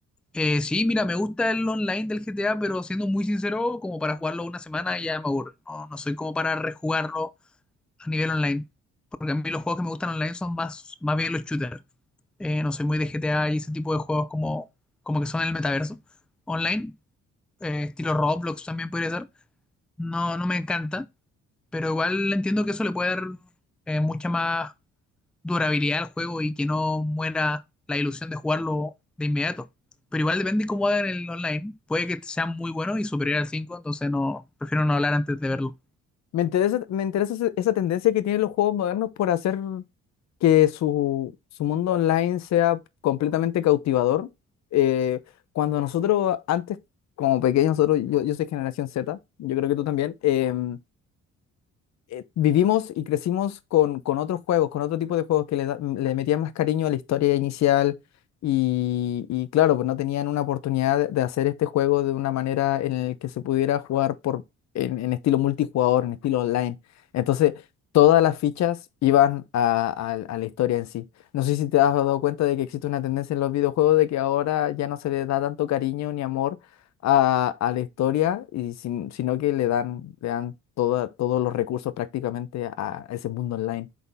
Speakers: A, in the centre; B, on the left.
A: Eh, sí, mira, me gusta el online del GTA, pero siendo muy sincero, como para jugarlo una semana ya me aburre. No, no soy como para rejugarlo a nivel online. Porque a mí los juegos que me gustan online son más, más bien los shooters. Eh, no soy muy de GTA y ese tipo de juegos como, como que son el metaverso online. eh, estilo Roblox también podría ser. No, no me encanta, pero igual entiendo que eso le puede dar eh, mucha más durabilidad al juego y que no muera la ilusión de jugarlo de inmediato. Pero igual depende de cómo hagan el online. Puede que sea muy bueno y superior al 5 entonces no, prefiero no hablar antes de verlo.
B: Me interesa, me interesa esa, esa tendencia que tienen los juegos modernos por hacer que su, su mundo online sea completamente cautivador. Eh, cuando nosotros antes, como pequeños, nosotros, yo, yo soy generación Z, yo creo que tú también. em, eh, vivimos y crecimos con, con otros juegos, con otro tipo de juegos que le, da- le metían más cariño a la historia inicial y, y claro, pues no tenían una oportunidad de de hacer este juego de una manera en la que se pudiera jugar por, en, en estilo multijugador, en estilo online. Entonces, todas las fichas iban a, a- a la historia en sí. No sé si te has dado cuenta de que existe una tendencia en los videojuegos de que ahora ya no se les da tanto cariño ni amor a, a la historia, y sin- sino que le dan, le dan toda, todos los recursos prácticamente a ese mundo online.